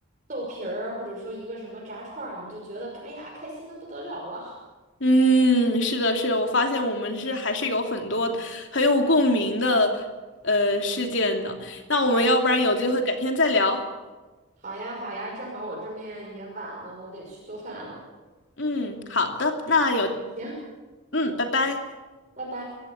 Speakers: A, on the right; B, on the left.
A: 豆皮儿，或者说一个什么炸串儿，你就觉得，哎呀，开心的不得了了。
B: 嗯，是的，是的，我发现我们是还是有很多很有共鸣的呃事件的。那我们要不然有机会改天再聊。
A: 嗯，好呀，好呀，正好我这面也晚了，我得去做饭了。
B: 嗯，好的，那有，
A: 行，
B: 嗯，拜拜。
A: 拜拜。